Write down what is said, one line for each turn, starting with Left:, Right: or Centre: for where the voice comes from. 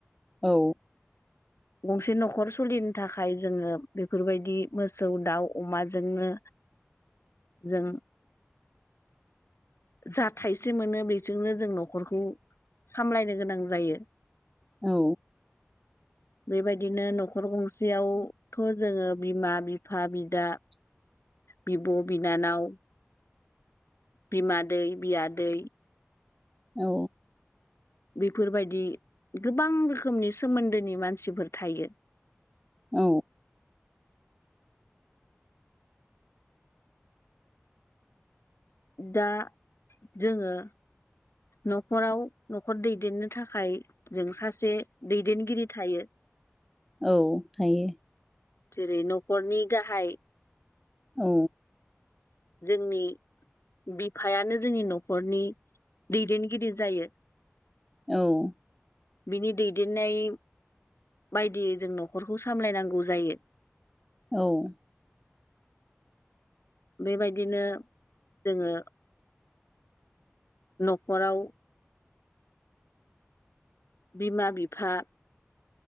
Centre: औ
Left: गंसे न'खर सोलिनो थाखाय जोङो बेफोरबायदि मोसौ दाउ अमाजोंनो
Centre: <inaudible>
Left: जों जा थाइसे मोनो बेजोंनो जों न'खरखौ सामलायनो गोनां जायो।
Centre: औ
Left: बेबायदिनो न'खर गंसेयावथ' जोङो बिमा बिफा बिदा
Centre: <inaudible>
Left: बिब' बिनानाव बिमादै बियादै
Centre: औ
Left: बेफोरबायदि गोबां रोखोमनि सोमोन्दोनि मानसिफोर थायो।
Centre: औ
Left: दा जोङो न'खराव न'खर दैदेननो थाखाय जों सासे दैदेनगिरि थायो
Centre: औ थायो
Left: जेरै न'खरनि गाहाय
Centre: औ
Left: जोंनि बिफायानो जोंनि न'खरनि दैदेनगिरि जायो।
Centre: औ
Left: बिनि दैदेननाय बायदियै जों न'खरखौ सामलायनांगौ जायो।
Centre: औ
Left: बेबायदिनो जोङो न'खराव बिमा बिफा